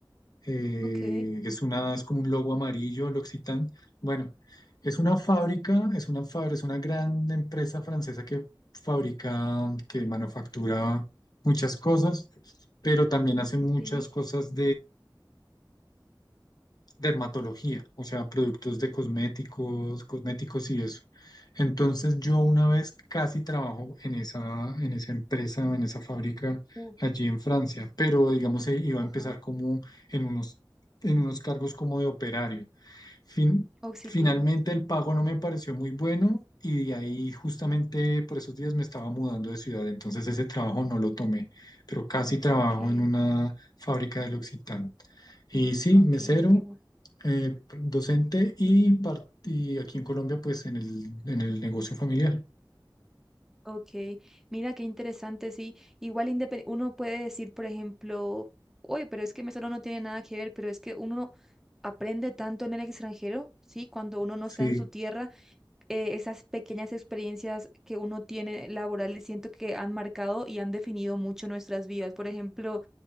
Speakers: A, on the left (about 55°); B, in the centre.
A: Eh,
B: Ok,
A: es una, es como un logo amarillo, L'Occitane. Bueno, es una fábrica, es una fábrica, es una gran empresa francesa que fabrica, que manufactura muchas cosas, pero también hace muchas
B: sí.
A: cosas dermatología, o sea, productos de cosméticos, cosméticos y eso. Entonces yo una vez casi trabajo en esa, en esa empresa, en esa fábrica
B: Uh,
A: allí en Francia, pero digamos eh, iba
B: ajá.
A: a empezar como en unos, en unos cargos como de operario. Fin-
B: Oh, sí,
A: finalmente
B: claro.
A: el pago no me pareció muy bueno y de ahí justamente por esos días me estaba mudando de ciudad, entonces ese trabajo no lo tomé, pero casi trabajo
B: Ok,
A: en una fábrica del Occitán. Y sí,
B: ok,
A: mesero,
B: qué bueno.
A: eh, docente y, par- y aquí en Colombia, pues en el, en el negocio familiar.
B: Ok, mira qué interesante, sí. Igual independ- uno puede decir, por ejemplo, oye, pero es que Mesero no tiene nada que ver, pero es que uno aprende tanto en el extranjero, sí, cuando uno no
A: Sí,
B: está en su tierra, eh, esas pequeñas experiencias que uno tiene laborales siento que han marcado y han definido mucho nuestras vidas. Por ejemplo,